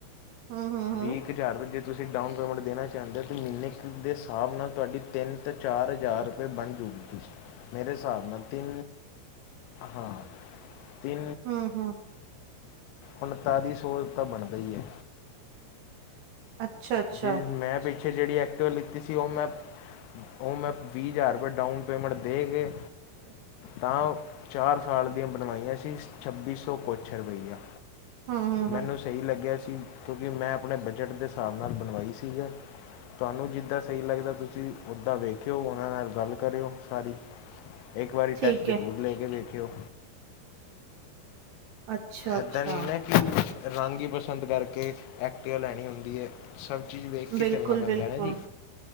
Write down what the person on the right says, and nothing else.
ਹਮ ਹਮ
ਹਮ
ਹਮ ਹਮ
ਅੱਛਾ ਅੱਛਾ
<unintelligible>
ਹਮ ਹਮ
ਹਮ
<unintelligible>
ਠੀਕ
ਹੈ
ਅੱਛਾ ਅੱਛਾ
ਬਿਲਕੁਲ
ਬਿਲਕੁਲ